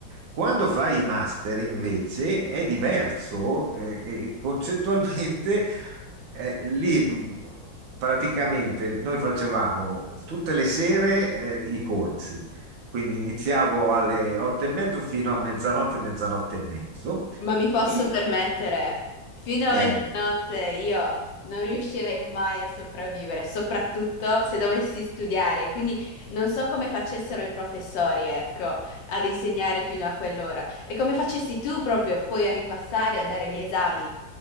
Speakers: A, on the right; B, on the left.
A: Quando fai i master invece è diverso eh, e concettualmente eh, lì mh, praticamente noi facevamo tutte le sere eh, i corsi, quindi iniziavo alle otto e mezzo fino a mezzanotte, mezzanotte e mezzo.
B: Ma mi posso
A: Il-
B: permettere, fino a
A: eh,
B: mezzanotte io non riuscirei mai a sopravvivere, soprattutto se dovessi studiare. Quindi non so come facessero i professori, ecco, ad insegnare fino a quell'ora. E come facessi tu proprio poi a ripassare, a dare gli esami.